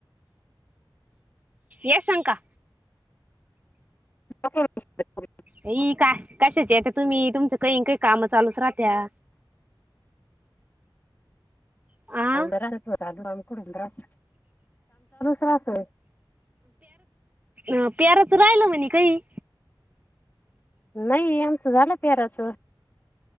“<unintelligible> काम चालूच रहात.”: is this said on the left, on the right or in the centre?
Left